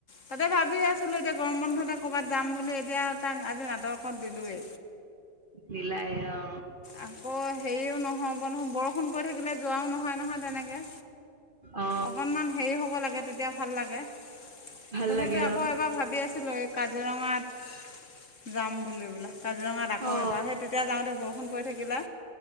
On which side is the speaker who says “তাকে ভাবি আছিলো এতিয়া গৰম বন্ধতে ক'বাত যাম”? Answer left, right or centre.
Left